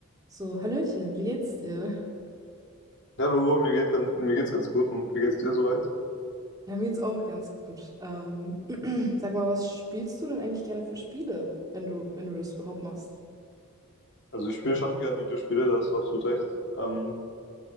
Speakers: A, on the right (about 15°); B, on the left (about 55°).
A: So, Hallöchen, wie geht's dir?
B: Hallo, mir geht, gan- mir geht's ganz gut und wie geht's dir soweit?
A: Ja, mir geht's auch ganz gut. Ähm, <clears throat> sag mal, was spielst du denn eigentlich gerne für Spiele, wenn du, wenn du das überhaupt machst?
B: Also ich spiele schon gern Videospiele, da hast du absolut recht. Ähm,